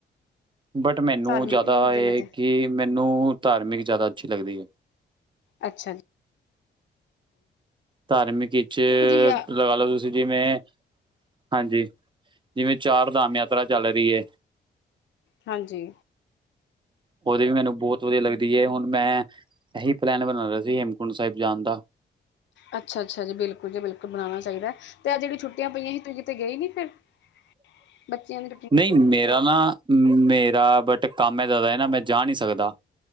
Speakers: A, on the right (about 25°); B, on the left (about 80°).
A: ਬਟ ਮੈਨੂੰ
B: ਧਾਰਮਿਕ
A: ਜਾਦਾ
B: ਵੀ ਹੁੰਦੇ
A: ਇਹ
B: ਨੇ ਤੇ
A: ਕਿ ਮੈਨੂੰ ਧਾਰਮਿਕ ਜਾਦਾ ਅੱਛੀ ਲੱਗਦੀ ਏ।
B: ਅੱਛਾ ਜੀ।
A: ਧਾਰਮਿਕ 'ਚ
B: ਦੇਖੋ ਜੀ ਯਾ
A: ਲਗਾ ਲਓ ਤੁਸੀਂ ਜਿਵੇਂ ਹਾਂਜੀ ਜਿਵੇਂ ਚਾਰ ਧਾਮ ਯਾਤਰਾ ਚੱਲ ਰਈ ਏ।
B: ਹਾਂਜੀ
A: ਉਹਦੇ ਵੀ ਮੈਨੂੰ ਬਹੁਤ ਵਧੀਆ ਲੱਗਦੀ ਏ ਹੁਣ ਮੈਂ ਇਹੀ ਪਲੈਨ ਬਣਾ ਰਿਆ ਸੀ। ਹੇਮਕੁੰਟ ਸਾਹਿਬ ਜਾਣ ਦਾ।
B: ਅੱਛਾ-ਅੱਛਾ ਜੀ ਬਿਲਕੁਲ ਜੀ ਬਿਲਕੁਲ ਬਣਾਉਣਾ ਚਾਹੀਦਾ ਤੇ ਆਹ ਜਿਹੜੀਆਂ ਛੁੱਟੀਆਂ ਪਈਆਂ ਸੀ ਤੁਸੀਂ ਕਿਤੇ ਗਏ ਨੀ ਫਿਰ <inaudible> ਬੱਚਿਆਂ ਦੇ
A: ਨਈ ਮੇਰਾ ਨਾ ਮੇਰਾ ਬਟ ਕੰਮ ਹੈ ਇਦਾ ਦਾ ਨਾ ਮੈਂ ਜਾ ਨਈ ਸਕਦਾ।